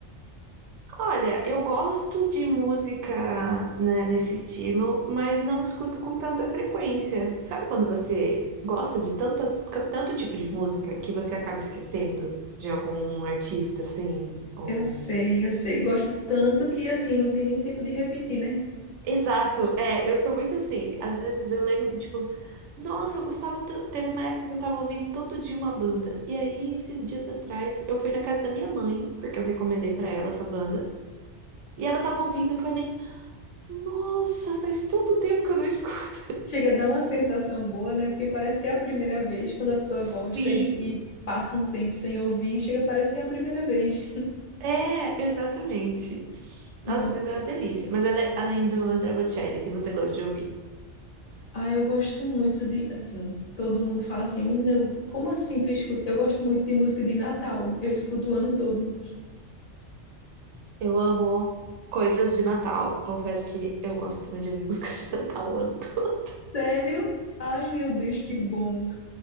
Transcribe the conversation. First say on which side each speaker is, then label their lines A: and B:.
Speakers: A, on the right; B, on the left.
A: Olha, eu gosto de música, né, nesse estilo, mas não escuto com tanta frequência. Sabe quando você gosta de tanta, tanto tipo de música que você acaba esquecendo de algum artista, assim, ou...
B: Eu sei, eu sei. Gosto tanto que, assim, não tem nem tempo de repetir, né?
A: Exato, é, eu sou muito assim. Às vezes eu lembro, tipo, nossa, eu gostava tanto. Teve uma época que eu tava ouvindo todo dia uma banda. E aí, esses dias atrás, eu fui na casa da minha mãe, porque eu recomendei pra ela essa banda. E ela tava ouvindo, eu falei, nossa, faz tanto tempo que eu não escuto.
B: Chega a dar uma sensação boa, né? Porque parece que é a primeira vez quando a pessoa
A: <laughs>
B: gosta
A: Sim.
B: e, e passa um tempo sem ouvir, chega, parece que é a primeira vez.
A: É, exatamente. Nossa,
B: <laughs> Não.
A: mas é uma delícia. Mas ale- além do André Bocelli, que você gosta de ouvir,
B: Ah, eu gosto muito de, assim, todo mundo fala assim, menina, eu- como assim tu escuta? Eu gosto muito de música de Natal, eu escuto o ano todo.
A: eu amo coisas de Natal. Confesso que eu gosto também de ouvir <laughs> músicas de Natal o ano todo.
B: Sério? Ai, meu Deus, que bom.